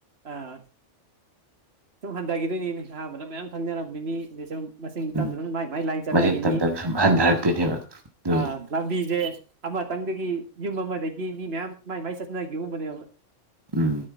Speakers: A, on the right; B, on the right.
A: ꯑꯥ ꯁꯨꯝ ꯍꯟꯗꯒꯤꯗꯣꯏꯅꯤꯅꯦ ꯑꯍꯥꯟꯕꯗ ꯃꯌꯥꯝ ꯈꯪꯅꯔꯝꯃꯤꯅꯤ ꯃꯤ ꯃꯤꯁꯨꯝ ꯃꯁꯤꯡ
B: ꯎꯝ
A: ꯇꯝꯗꯨꯅ ꯃꯥꯏ ꯃꯥꯏ ꯂꯥꯏꯟ ꯆꯠꯅꯒꯤꯅꯤ
B: ꯃꯁꯤꯡ ꯇꯞ ꯇꯞꯅ ꯁꯨꯝ ꯍꯟꯊꯔꯛꯇꯣꯏꯅꯦꯕ ꯑꯗꯨꯕꯨꯗꯤ
A: ꯑ ꯂꯝꯕꯤꯖꯦ ꯑꯃꯇꯪꯗꯒꯤ ꯌꯨꯝ ꯑꯃꯗꯒꯤ ꯃꯤ ꯃꯌꯥꯝ ꯃꯥꯏ ꯃꯥꯏ ꯆꯠꯅꯒꯤꯕꯒꯨꯝꯕꯅꯦꯕ
B: ꯎꯝ